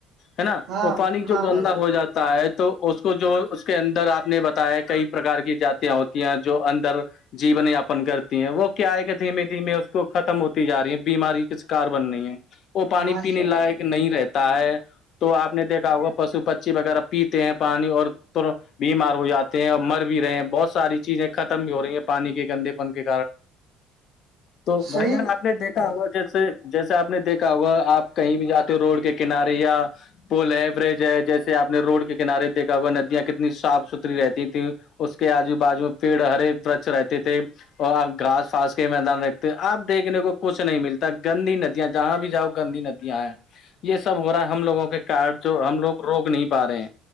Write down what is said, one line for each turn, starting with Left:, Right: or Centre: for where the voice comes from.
Left: ہے نا
Right: ہاں
Left: اور پانی جو
Right: ہاں
Left: گندا
Right: بھائی جان
Left: ہو جاتا تو اس کو جو اس کے اندر آپ نے بتایا ہے کئی پرکار کی جتیاں ہوتی ہیں جو اندر جین یاپن کرتی ہیں وہ کیا ہے کہ دھیمےھیمے اس کو ختم ہوتی جا رہی ہے بیماری ک کاربن نہیں ہے وہ پانی
Right: ماشاء
Left: پینے
Right: اللہ
Left: لائق
Right: بھائی
Left: نہیں
Right: جان
Left: رہتا ہے تو آپ نے دیکھا ہوگا پشو پچی وغیرہ پیتے ہیں پانی اور بیمار ہو جاتے ہیں اور مر بھی رہے ہیں بہت ساری چیزیں ختم بھی ہو رہی ہیں پانی کے گندے پ کے تو
Right: صحیح
Left: بھائی جان آپ <unintelligible> آپ نے دیکھا ہوگا جیسے جیسے آپ نے دیکھا ہوگا آپ کہیں بھی جاتے ہو روڈ کے کنارے یا پل ہے برج ہے جیسے آپ نے روڈ کے کنارے دیکھا ہوا ندیاں کتنی صاف ستھری رہتی تھیں اس کے آجو بازو میں پیڑ ہرے ورچ رہتے تھے اور آپ گاس پھاس کے میدان رکھتے آپ دیکھنے کو کچھ نہیں ملتا گندی ندیاں جہاں بھی جاؤ گندی ندیاں ہیں یہ سب ہو رہا ہے ہم لووں کے کڈ جو ہم لوگ روک نہیں پا رہے ہیں